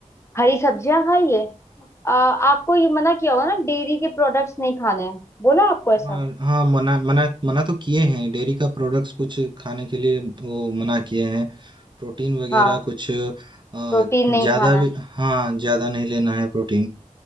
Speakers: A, on the left; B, on the right.
A: हरी सब्जियां खाइए अ, आपको ये मना किया होगा ना डेयरी के प्रोडक्ट्स नहीं खाने हैं बोला आपको ऐसा
B: हाँ हाँ मना मना मना तो किए हैं डेयरी का प्रोडक्ट्स कुछ खाने के लिए वो मना किए हैं प्रोटीन वगैरह
A: हाँ
B: कुछ अ,
A: प्रोटीन
B: ज्यादा
A: नहीं खाना
B: भी हाँ ज्यादा नहीं लेना है प्रोटीन